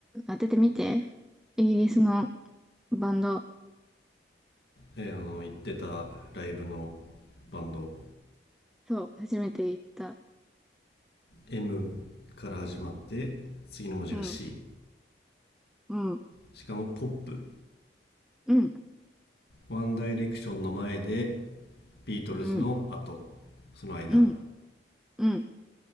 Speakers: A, in the centre; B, on the left.
A: 当ててみて。イギリスのバンド。
B: えーあの行ってたライブのバンド
A: そう、初めて行った。
B: M から始まって次の文字が
A: うん、
B: C
A: うん、
B: しかもポップ
A: うん、
B: ワンダイレクションの前でビートルズの後その間
A: うん、うん、うん。